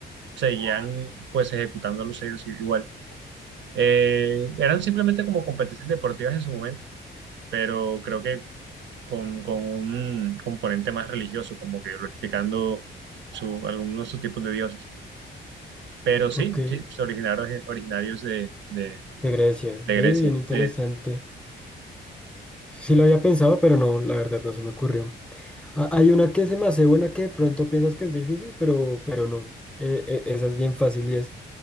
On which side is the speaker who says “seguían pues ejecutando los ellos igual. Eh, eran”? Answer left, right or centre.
Right